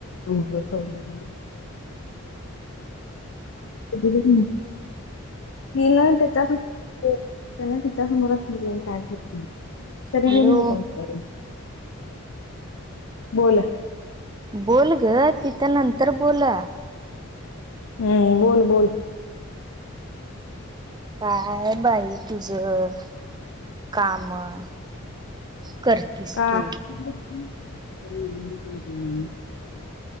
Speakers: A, on the left (about 60°); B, on the right (about 20°).
A: म्हटलं ठेऊ म्हटलं. दिलं नं त्याच्या सा त्याने तिच्या समोरच <unintelligible> चाय ठेवली त्याजामुळे.
B: हॅलो
A: <unintelligible> बोला
B: बोल ग तिथं नंतर बोला.
A: हम्म बोल बोल.
B: काय आहे बाई तुझं कामं करतीस
A: का
B: तू.
A: कस <unintelligible>